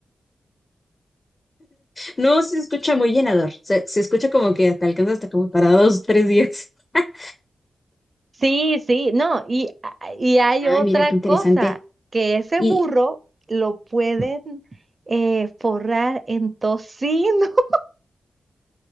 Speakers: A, on the left; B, on the right.
A: No, se escucha muy llenador. Se, se escucha como que te alcanza hasta como para dos, tres días. <laughs>
B: Sí, sí, no, y, y hay
A: Ay,
B: otra
A: mira qué
B: cosa,
A: interesante.
B: que ese
A: Y,
B: burro lo pueden eh, forrar en tocino. <laughs>